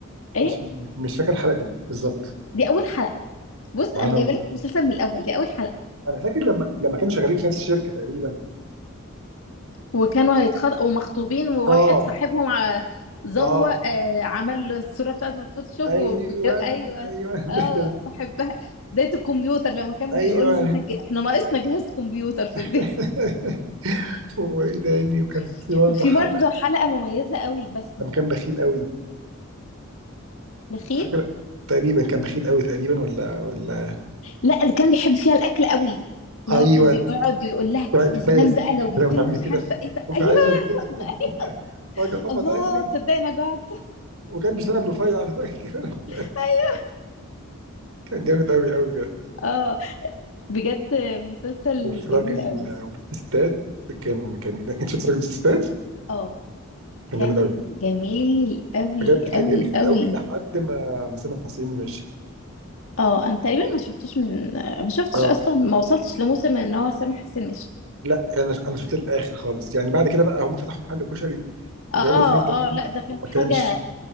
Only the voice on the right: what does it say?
مش مش فاكر الحلقه دي بالظبط
ما
انا
انا فاكر لما لما كانوا شغالين في نفس الشركه تقريبا
اه
اه
ايوه
ايوه <laughs> ده
كان-
ايوه
<laughs>
وايه تاني وكان
في برضه
حلقه
لما كان بخيل قوي
فاكر تقريبا كان بخيل قوي تقريبا ولا ولا
ايوه
وقعد تتخيل
لما تعملي
كده
وبعينه
كده <laughs>
وقعد يغمض
عين كده
وكان بيشتغل برفيع انا فاكر <laughs>
كان جامد قوي قوي بجد
وفي
راجل
وستات كان كان انت شفت راجل الستات
كان
جامد قوي
بجد كان
جميل
قوي لحد ما ما سامح حسين مشي
اه
لا انا انا شفت الاخر خالص يعني بعد كده بقى هم فتحوا محل كشري وجابوا
اتنين تانيين
ما
كانش